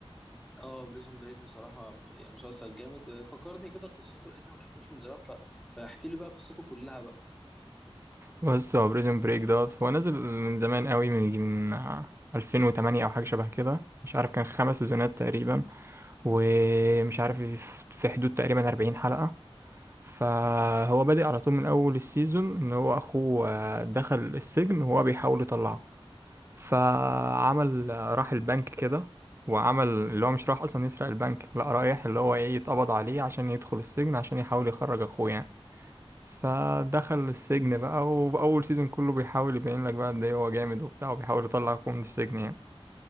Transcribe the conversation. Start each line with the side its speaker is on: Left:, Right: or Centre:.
Centre: اه بريزون بريك بصراحة يعني مسلسل جامد فكرني كده قصته لان انا ما شفتوش من زمان ف... فاحكي لي بقى قصته كلها بقى
Right: بص هو بريزون بريك دوت هو نزل من زمان قوي من يجي من 2008 او حاجه شبه كده مش عارف كان خمس سيزونات تقريبا ومش عارف في حدود تقريبا 40 حلقه فهو بادئ على طول من اول السيزون ان هو اخوه آه، دخل السجن وهو بيحاول يطلعه فعمل آه، راح البنك كده وعمل اللي هو مش راح اصلا يسرق البنك لا رايح اللي هو ايه يتقبض عليه عشان يدخل السجن عشان يحاول يخرج اخوه يعني فدخل السجن بقى وأول سيزون كله بيحاول يبين لك بقى قد إيه هو جامد وبتاع وبيحاول يطلعكم من السجن يعني